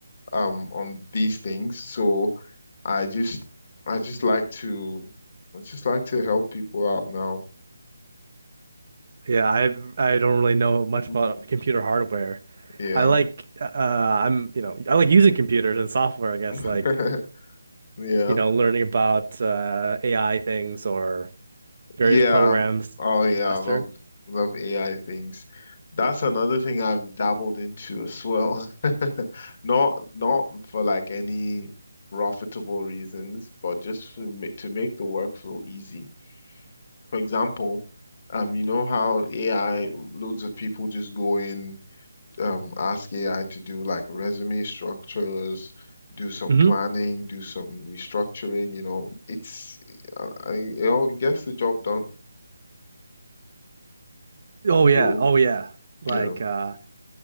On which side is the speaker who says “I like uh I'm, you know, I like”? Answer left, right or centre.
Right